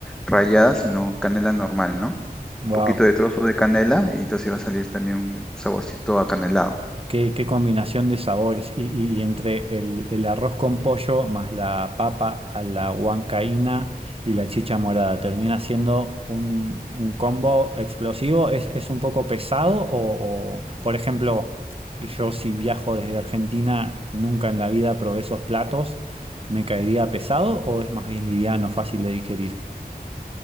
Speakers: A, in the centre; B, on the right.
A: rallada, sino canela normal, ¿no? Un
B: Wow.
A: poquito de trozo de canela y entonces va a salir también un saborcito acanelado.
B: Qué, qué combinación de sabores. Y, y- y entre el, el arroz con pollo más la papa a la huancaína y la chicha morada, termina siendo un, un combo explosivo. ¿Es, es un poco pesado? O, o, por ejemplo, yo si viajo desde Argentina, nunca en la vida probé esos platos. ¿Me caería pesado o es más bien liviano, fácil de digerir?